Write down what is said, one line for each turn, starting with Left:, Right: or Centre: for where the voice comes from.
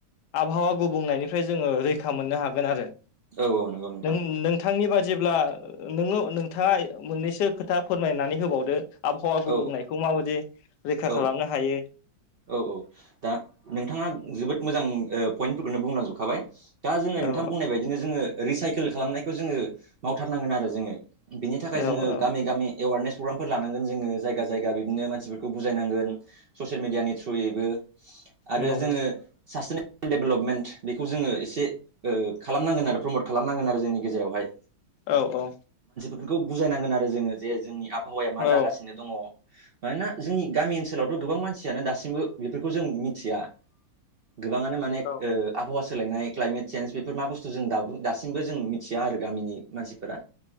Left: आबहावा गुबुंनायनिफ्राय जोङो रैखा मोननो हागोन आरो
Right: औ औ नंगौ नोंथां
Left: नों- नोंथांनि बादि जेब्ला नोङो नोंथाङा मोननैसो खोथा फोरमायनानै होबावदो आबहावा गुबुंनायखौ
Right: औ
Left: माबायदि रैखा
Right: औ
Left: खालामनो हायो
Right: औ औ दा नोंथाङा जोबोद मोजां पइन्टफोरखौनो बुंलांजोबखाबाय दा जोङो
Left: औ
Right: नोंथां बुंनाय बायदिनो जोङो रिसाइकेल खालामनायखौ जोङो मावथारनांगोन आरो जोङो बिनि थाखाय
Left: औ
Right: जोङो
Left: औ औ
Right: गामि गामि एवारनेस प्रग्रामफोर लानांगोन जोङो जायगा जायगा बिदिनो मानसिफोरखौ बुजायनांगोन ससियेल मिडियानि थ्रुयैबो आरो
Left: नंगौ
Right: जोङो सा डेभेलपमेन्ट बेखौ जोङो एसे खालामनांगोन आरो प्रमट खालामनांगोन आरो जोंनि गेजेरावहाय
Left: औ औ
Right: बेखौ बुजायनांगोन आरो जोङो जे जोंनि आबहावाया मा
Left: औ
Right: जागासिनो दङ मानोना जोंनि गामि ओनसोलावथ' गोबां मानसियानो दासिमबो बेफोरखौ जों मिथिया गोबाङानो माने
Left: औ
Right: आबहावा सोलायनाय क्लाइमेट चेन्ज बेफोर मा बुस्थु जों दासिमबो जों मिथिया आरो गामिनि मानसिफोरा